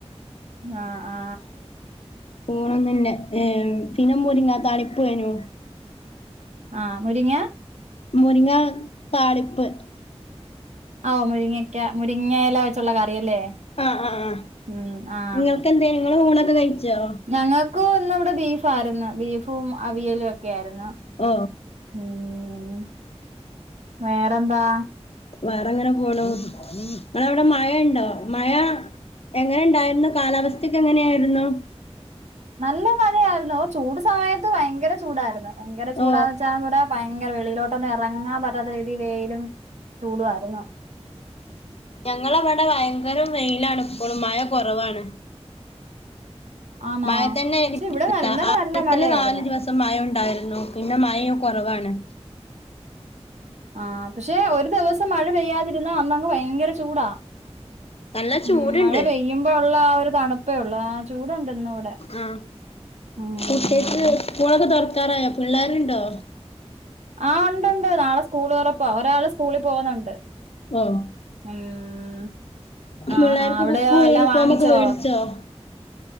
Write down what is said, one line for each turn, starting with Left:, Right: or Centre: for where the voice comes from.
Right: ആ ആ
Left: ഊണൊന്നില്ല ഏ പിന്നെ മുരിങ്ങാ താളിപ്പെനു
Right: ആ മുരിങ്ങ
Left: മുരിങ്ങ താളിപ്പ്
Right: അ ഓ മുരിങ്ങക്ക മുരിങ്ങ എല വെച്ചുള്ള കറിയല്ലേ
Left: ആ ആ ആ
Right: ഉം ആ
Left: നിങ്ങൾക്കെന്തേ നിങ്ങള് ഊണൊക്കെ കഴിച്ചോ
Right: ഞങ്ങ ക്കു ഇന്ന് ഇവടെ ബീഫാ ആരുന്നു ബീഫും അവിയലും ഒക്കെ ആയിരുന്നു
Left: ഓ
Right: ഉം വേറെന്താ
Left: വേറെ അങ്ങനെ പോണു ഇങ്ങളെ അവ്ടെ മഴ ഇണ്ടോ മഴ എങ്ങനെ ഇണ്ടായിരുന്നു കാലാവസ്ഥക്കെ എങ്ങനെ ആയിരുന്നു
Right: നല്ല മയയായിരുന്നു ഓ ചൂട് സമയത്ത് ഭയങ്കര ചൂടായിരുന്നു ഭയങ്കര ചൂടാന്ന്
Left: ഓ
Right: വെച്ചാ ഇവട ഭയങ്കര വെളിഴിലോട്ടൊന്നും എറങ്ങാം പറ്റാത്ത രീതീ വെയിലും ചൂടുവാർന്നു
Left: ഞങ്ങളെവടെ ഭയങ്കരം വെയിലാണ് ഇപ്പളും മഴ കൊറവാണ്
Right: ആന്നോ
Left: മഴ തന്നെ എനിക്ക്
Right: പക്ഷെ ഇവിടെ ഇന്നലെ
Left: ആദ്യത്തില്
Right: നല്ല മഴയായിരുന്നു
Left: നാല് ദിവസം മഴ ഉണ്ടായിരുന്നു പിന്നെ മയേം കൊറവാണ്
Right: ആഹ് പക്ഷെ ഒരു ദിവസം മഴ പെയ്യാതിരുന്നാ അന്നങ്ങ് ഭയങ്കര ചൂടാ
Left: നല്ല ചൂടുണ്ട്
Right: ഉം മഴ പെയ്യുമ്പോ ഒള്ള ആ ഒരു തണുപ്പേ ഒള്ളൂ ആഹ് ചൂടൊണ്ട് ഇന്നിവിടെ
Left: ആഹ്
Right: ഉം
Left: കുട്ട്യേക്ക് സ്കൂളൊക്കെ തൊറക്കാറായോ പിള്ളേരുണ്ടോ
Right: ആഹ് ഒണ്ട് ഒണ്ട് നാളെ സ്കൂള് തൊറപ്പാ ഒരാള് സ്കൂളി പോന്നൊണ്ട്
Left: ഓ
Right: ഉം ആഹ്
Left: പിള്ളേർക്ക്
Right: ആഹ് അവിടെയോ
Left: ബുക്കും
Right: എല്ലാം
Left: യൂണിഫോമൊക്കെ
Right: വാങ്ങിച്ചോ
Left: <unintelligible>